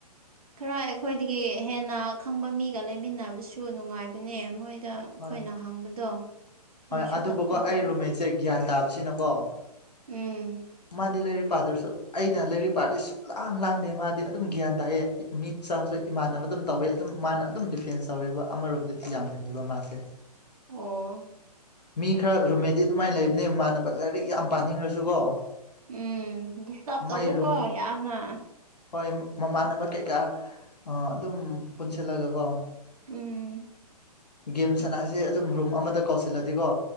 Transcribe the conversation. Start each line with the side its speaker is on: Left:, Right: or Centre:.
Right: ꯈꯔ ꯑꯩꯈꯣꯏꯗꯒꯤ ꯍꯦꯟꯅ ꯈꯪꯕ ꯃꯤꯒ ꯂꯩꯃꯤꯟꯅꯕꯁꯨ ꯅꯨꯡꯉꯥꯏꯕꯅꯦ ꯃꯣꯏ ꯗ
Left: ꯍꯣꯏ
Right: ꯈꯣꯏꯅ ꯍꯪꯕꯗꯣ ꯃꯣꯏꯁꯨ
Left: ꯍꯣꯏ ꯑꯗꯨꯕꯨꯀꯣ
Right: ꯇꯥꯛꯄꯤꯕ
Left: ꯑꯩ ꯔꯨꯝꯃꯦꯠꯁꯦ ꯒ꯭ꯌꯥꯟ ꯇꯥꯕꯁꯤꯅꯀꯣ
Right: ꯎꯝ
Left: ꯃꯥꯗꯤ ꯂꯩꯔ ꯔꯤꯛ ꯄꯥꯗꯨꯁꯨ ꯑꯩꯅ ꯂꯩꯔꯤꯛ ꯄꯥꯔꯗꯤ ꯁꯨꯛ ꯂꯥꯡ ꯂꯥꯡꯗꯦ ꯃꯥꯗꯤ ꯑꯗꯨꯝ ꯒ꯭ꯌꯥꯟ ꯇꯥꯌꯦ ꯃꯤꯠ ꯆꯥꯡꯁꯨ ꯏꯃꯥꯟꯅ ꯑꯗꯨꯝ ꯇꯧꯋꯦ ꯑꯗꯨꯝ ꯃꯥꯅ ꯑꯗꯨꯝ ꯗꯤꯐꯦꯟꯁ ꯇꯧꯋꯦꯕ ꯑꯃꯔꯣꯝꯗꯗꯤ ꯌꯥꯝ ꯐꯩꯌꯦꯕ ꯃꯥꯁꯦ
Right: ꯑꯣ
Left: ꯃꯤ ꯈꯔ ꯔꯨꯃꯦꯠꯗꯤ ꯑꯗꯨꯃꯥꯏ ꯂꯩꯕꯅꯦ ꯃꯃꯥꯟꯅꯕ ꯂꯥꯏꯔꯤꯛ ꯌꯥꯝ ꯄꯥꯅꯤꯡꯔꯁꯨꯀꯣ
Right: ꯎꯝ ꯗꯤꯁꯇꯞ ꯇꯧꯕꯀꯣ
Left: ꯃꯥꯏ ꯔꯨꯝ
Right: ꯌꯥꯝꯅ
Left: ꯍꯣꯏ ꯃꯃꯥꯟꯅꯕ ꯀꯩꯀꯥ ꯑꯥ ꯑꯗꯨꯝ ꯄꯨꯟꯁꯤꯜꯂꯒꯀꯣ
Right: ꯎꯝ
Left: ꯒꯦꯝ ꯁꯅꯥꯁꯦ ꯑꯗꯨꯝ ꯔꯨꯝ ꯑꯃꯗ ꯀꯧꯁꯤꯜꯂꯗꯤꯀꯣ